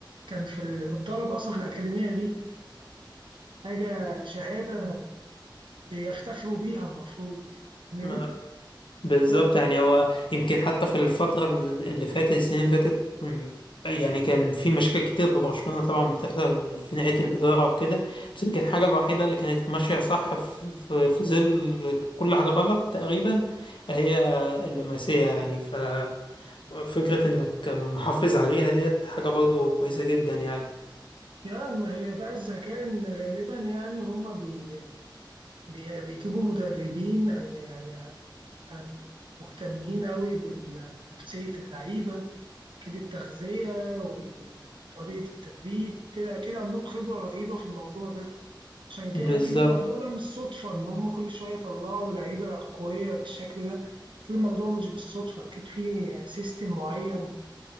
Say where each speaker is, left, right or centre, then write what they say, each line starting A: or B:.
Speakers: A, on the right; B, on the left.
A: كان في ال- متدرب أصلا في الأكاديمية دي حاجة شهادة يفتخروا بيها المفروض يعني فاهم؟
B: ما بالظبط
A: ف-
B: يعني هو يمكن حتى في الفترة اللي فاتت السنين اللي فاتت مم، يعني كان في مشاكل كتير في برشلونة طبعا بتحصل في ناحية الإدارة وكده بس يمكن الحاجة الوحيدة اللي كانت ماشية صح في, في, في ظل كل حاجة غلط تقريبا هي اللمسية يعني ففكرة إنك محافظ عليها ديت حاجة برضو كويسة جدا يعني
A: يا ما هي بقى الذكاء إن غالبا يعني هم بي بي بيجيبوا مدربين يعني يعني يعني مهتمين قوي بنفسية اللعيبة أكيد التغذية وطريقة التدريب كده أكيد عندهم خبرة رهيبة في الموضوع ده عشان كده
B: بالظبط
A: أكيد الموضوع ده مش صدفة إن هم كل شوية يطلعوا لعيبة قوية بالشكل ده أكيد الموضوع مش بالصدفة أكيد في سيستم معين